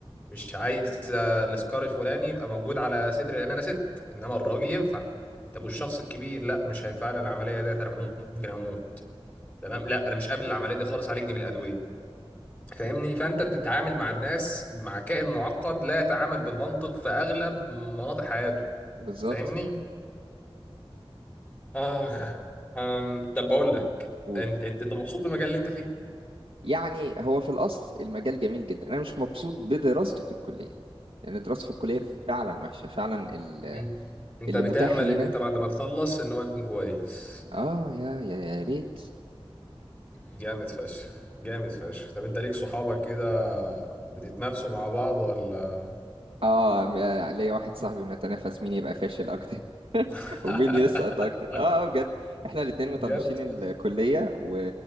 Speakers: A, on the left; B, on the right.
A: مش عايز السكار الفلاني يبقى موجود على صدري لان انا ست انما الراجل ينفع طب والشخص الكبير لا مش هينفع لي العمليه ديت انا ممكن اموت تمام لا انا مش قابل العمليه دي خالص عالجني بالادويه فاهمني فانت بتتعامل مع الناس مع كائن معقد لا يتعامل بالمنطق في اغلب مناطق حياته
B: بالظبط
A: فاهمني اخ أم، طب بقول لك
B: قول
A: انت انت أنت مبسوط بالمجال اللي انت فيه
B: يعني هو في الاصل المجال جميل جدا انا مش مبسوط بدراسته في الكليه لان دراسته في الكليه فعلا وحشه فعلا ال-
A: أيوة. انت
B: اللي
A: بتأمل
B: متاح لينا
A: ان انت بعد ما تخلص ان هو يكون كويس
B: اه يا يا يا ريت
A: جامد فشخ جامد فشخ طب انت ليك صحابك كده بتتنافسوا مع بعض ولا
B: اه م- آه، ليا واحد صاحبي بنتنافس مين يبقى فاشل اكتر
A: <laughs>
B: <laughs> ومين يسقط اكتر اه آه، بجد احنا الاتنين مطنشين
A: جامد فشخ
B: الكلية و...